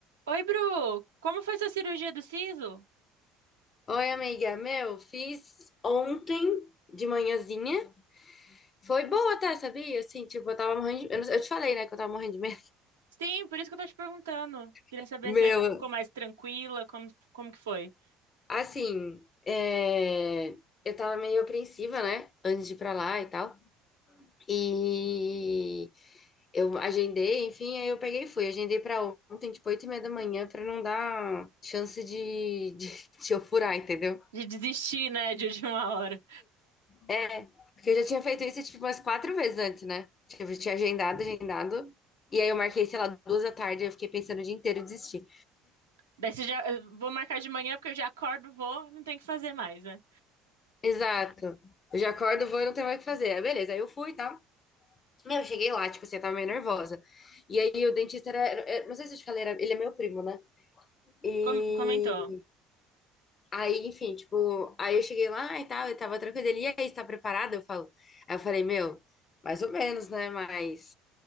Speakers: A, on the right; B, on the left.
A: Oi, Bru! Como foi sua cirurgia do siso?
B: Oi, amiga. Meu, fiz ontem de manhãzinha. Foi boa até, sabia? Assim, tipo, eu tava morrendo de... Eu, não- eu te falei, né, que eu tava morrendo de medo.
A: Sim, por isso que eu tô te perguntando. Queria
B: <laughs>
A: saber se
B: Meu,
A: você ficou mais tranquila, como, como que foi?
B: assim, é, eu tava meio apreensiva, né, antes de ir pra lá e tal. E eu agendei, enfim, aí eu peguei e fui. Agendei pra ontem, tipo, oito e meia da manhã, pra não dar chance de, de, <laughs> de eu furar, entendeu?
A: De desistir, né, de última hora.
B: É, porque eu já tinha feito isso tipo umas quatro vezes antes, né? Tipo, eu tinha agendado, agendado. E aí eu marquei, sei lá, duas da tarde, eu fiquei pensando o dia inteiro e desisti.
A: Daí você já... Vou marcar de manhã, porque eu já acordo, vou, não tem o que fazer mais, né?
B: Exato. Eu já acordo, vou e não tenho mais o que fazer. Aí, Beleza, aí eu fui e tal. Meu, eu cheguei lá, tipo assim, eu tava meio nervosa. E aí o dentista era, era- não sei se eu te falei, era- ele é meu primo, né? E
A: Com- comentou.
B: aí, enfim, tipo, aí eu cheguei lá e tal, eu tava tranquila. Ele, e aí, você tá preparada? Eu falo. Aí eu falei, meu, mais ou menos, né? Mas